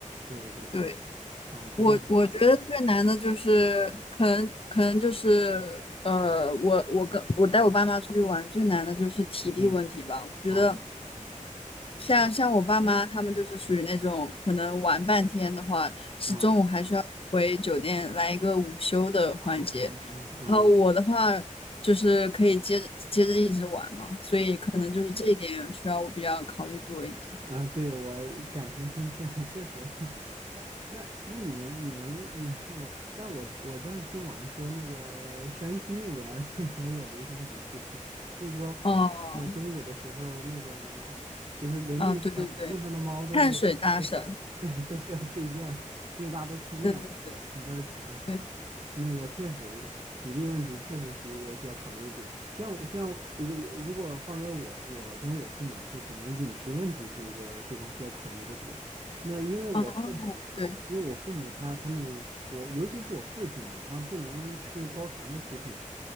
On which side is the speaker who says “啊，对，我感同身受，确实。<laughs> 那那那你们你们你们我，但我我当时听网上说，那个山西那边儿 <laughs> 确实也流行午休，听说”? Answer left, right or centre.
Right